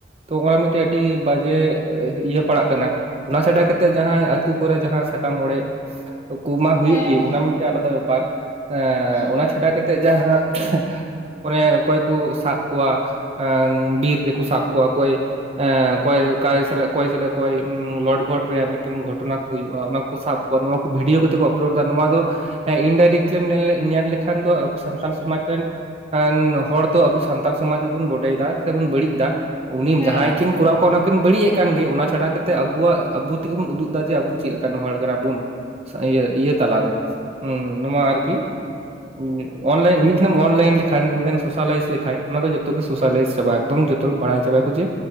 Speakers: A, on the right (about 35°); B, on the left (about 20°).
A: ᱛᱚ ᱚᱱᱟ ᱢᱤᱫ ᱟᱹᱰᱤ ᱵᱟᱡᱮ ᱤᱭᱟᱹ ᱯᱟᱲᱟᱜ ᱠᱟᱱᱟ ᱚᱱᱟ ᱪᱷᱟᱰᱟ ᱠᱟᱛᱮᱜ ᱡᱟᱦᱟᱸᱭ ᱟ. ᱛᱩ ᱠᱚᱨᱮ ᱡᱟᱦᱟᱸ ᱥᱟᱠᱟᱢ ᱚᱲᱮᱡ ᱠᱚ ᱢᱟ ᱦᱩᱭᱩᱜ
B: ᱦᱮᱸ
A: ᱜᱤ
B: ᱦᱮᱸ
A: ᱚᱱᱟ ᱢᱤᱫᱴᱮᱱ ᱟᱞᱟᱫᱟ ᱵᱮᱯᱟᱨ ᱟᱸᱻ
B: ᱦᱩᱸ
A: ᱚᱱᱟ ᱪᱷᱟᱰᱟ ᱠᱟᱛᱮ ᱡᱟᱦᱟᱸ <unintelligible> ᱚᱱᱮ ᱚᱠᱚᱭ ᱠᱚ ᱥᱟᱵ ᱠᱚᱣᱟ ᱟᱸ ᱵᱤᱨ ᱨᱮ ᱠᱚ ᱥᱟᱵ ᱠᱚᱣᱟ ᱚᱠᱚᱭ ᱟᱺ.. ᱚᱠᱚᱭ ᱚᱠᱟᱭ ᱥᱟᱞᱟᱜ ᱚᱠᱚᱭ ᱥᱟᱞᱟᱜ ᱚᱠᱚᱭ ᱞᱚᱰ ᱜᱷᱚᱴ ᱨᱮᱭᱟᱜ ᱢᱤᱫᱴᱮᱱ ᱜᱷᱚᱴᱚᱱᱟ ᱠᱚ ᱦᱩᱭᱩᱜᱼᱟ ᱚᱱᱟ ᱠᱚ ᱥᱟᱵ ᱠᱚᱣᱟ ᱱᱚᱣᱟ ᱠᱚ ᱵᱷᱤᱰᱭᱳ ᱠᱟᱛᱮ ᱠᱚ ᱟᱯᱞᱳᱰ ᱫᱟ ᱱᱚᱣᱟ ᱫᱚ ᱤᱱᱰᱟᱭᱨᱮᱠᱴᱞᱤ ᱮᱢ ᱧᱮᱞ... ᱧᱮᱞ ᱞᱮᱠᱷᱟᱱ ᱫᱚ ᱟᱵᱚ ᱥᱟᱱᱛᱟᱞ ᱥᱚᱢᱟᱡᱽ ᱨᱮᱱ ᱟᱺᱻ... ᱦᱚᱲ ᱫᱚ ᱟᱵᱚ ᱥᱟᱱᱛᱟᱞ ᱥᱚᱢᱟᱡᱽ ᱜᱮᱵᱚᱱ ᱵᱚᱰᱮ ᱮᱫᱟ ᱥᱮ ᱵᱚᱱ ᱵᱟᱹᱲᱤᱡ ᱮᱫᱟ ᱩᱱᱤ
B: ᱦᱮᱸ
A: ᱡᱟᱦᱟᱸᱭ
B: ᱦᱮᱸ
A: ᱠᱤᱱ ᱠᱚᱨᱟᱣ ᱠᱚᱣᱟᱜ ᱢᱟ ᱠᱤᱱ ᱵᱟᱹᱲᱤᱡᱜ ᱮᱫ ᱠᱟᱱᱜᱤ ᱚᱱᱟ ᱪᱷᱟᱰᱟ ᱠᱟᱛᱮ ᱟᱵᱚᱣᱟᱜ ᱟᱵᱚ ᱛᱮᱜᱮ ᱵᱚᱱ ᱩᱫᱩᱜ ᱮᱫᱟ ᱡᱮ ᱟᱵᱚ ᱪᱮᱫ ᱞᱮᱠᱟᱱ ᱦᱚᱲ ᱠᱟᱱᱟ ᱵᱚᱱ ᱤᱭᱟᱹ ᱤᱭᱟᱹ ᱛᱟᱞᱟᱨᱮ ᱦᱩᱸ ᱱᱚᱣᱟ ᱟᱨᱠᱤ <unintelligible> ᱚᱱᱞᱤᱱ ᱢᱤᱫ ᱫᱷᱟ ᱮᱢ ᱚᱱᱞᱟᱭᱤᱱ ᱞᱮᱠᱷᱟᱱ ᱢᱤᱫᱷᱟᱣ ᱮᱢ ᱥᱚᱥᱤᱟᱞᱤᱥ ᱞᱮᱠᱟᱡ ᱚᱱᱟ ᱫᱚ ᱡᱚᱛᱚᱜ ᱜᱮ ᱥᱚᱥᱤᱟᱞᱤᱥ ᱪᱟᱵᱟᱼᱟ ᱮᱠᱫᱚᱢ ᱡᱚᱛᱚ ᱛᱚᱵᱮ ᱵᱟᱲᱟᱭ ᱪᱟᱵᱟᱭ ᱟᱠᱚ ᱡᱮ